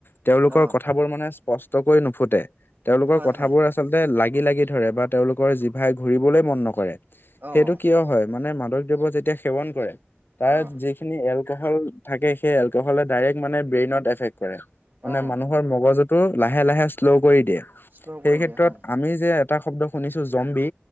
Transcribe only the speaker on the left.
তেওঁলোকক
কথাবোৰ মানে স্পষ্টকৈ নুফুটে তেওঁলোকৰ
কথাবোৰ
আ চলতে লাগি লাগি ধৰে বা তেওঁলোকৰ জিভাই ঘূৰিবলৈ মন নকৰে
সেইটো কিয় হয় মানে মাদক দ্ৰব্য যেতিয়া সেৱন কৰে তাৰ
যি খিনি এলকহল থাকে সেই এলকহলে দাইৰেক্ট মানে ব্ৰেইনৰ এফেষ্ট কৰে
মানে মা মগজুটো লাহে লাহে শ্ল' কৰি দিয়ে
সেই ক্ষেত্ৰত
আমি যে এটা শব্দ শুনিছো জম্বি